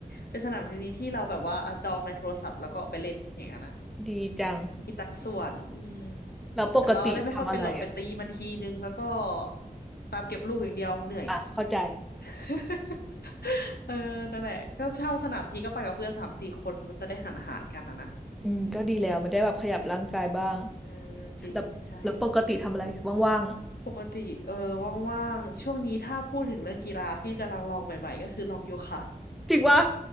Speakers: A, on the left (about 80°); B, in the centre.
A: เป็นสนามเทนนิสที่เราแบบว่าอ่ะจองในโทรศัพท์แล้วก็ไปเล่นอย่างนั้นอะ
B: ดีจัง
A: มีตามสวนอืม
B: แล้วปกติทำอะไรอ่ะ
A: แต่เราเล่นไม่ค่อยเป็นหรอกไปตีมันทีนึงแล้วก็ตามเก็บลูกอย่างเดียวเหนื่อย
B: อ่ะเข้าใจ
A: <laughs> เออนั่นแหละ ก็เช่าสนามทีก็ไปกับเพื่อนสามสี่คนมันจะได้หันอาหารกันอะนะ
B: อืมก็ดีแล้วมันได้แบบขยับร่างกายบ้าง
A: เออ จริง
B: แล้วแล้วปกติทำอะไรว่าง
A: ใช่ ปกติ เออ ว่างๆช่วงนี้ถ้าพูดถึงเรื่องกีฬาที่กำลังลองใหม่ๆ ก็คือลองโยคะ
B: ๆจริงวะ